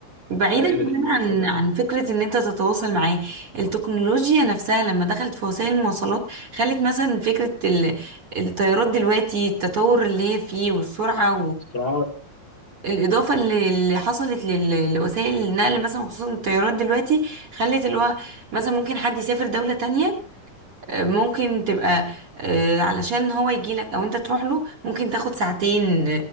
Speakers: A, on the right (about 40°); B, on the left (about 35°).
A: بعيدا
B: آه، قدر
A: كمان
B: يعملها
A: عن
B: في الفترة
A: عن
B: دي
A: فكرة ان انت تتواصل معاه التكنولوجيا نفسها لما دخلت في وسائل المواصلات خلت مثلا فكرة ال- الطيارات دلوقتي التطور اللي هي فيه والسرعة
B: اختراعات
A: الإضافة اللي اللي حصلت لل- لوسائل النقل مثلا خصوصا الطيارات دلوقتي خلت اللي هو مثلا ممكن حد يسافر دولة تانية آه، ممكن تبقى آه، علشان هو يجيلك أو أنت تروح له ممكن تاخد ساعتين